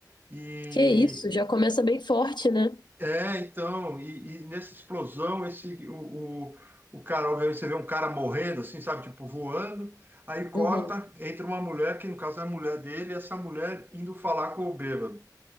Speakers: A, on the right; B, on the left.
A: E
B: que isso? Já começa bem forte, né?
A: é, então, e, e nessa explosão, esse o, o, o cara, obviamente, você vê um cara morrendo, assim, sabe, tipo voando. Aí corta,
B: Uhum,
A: entra uma mulher, que no caso é a mulher dele, e essa mulher indo falar com o bêbado.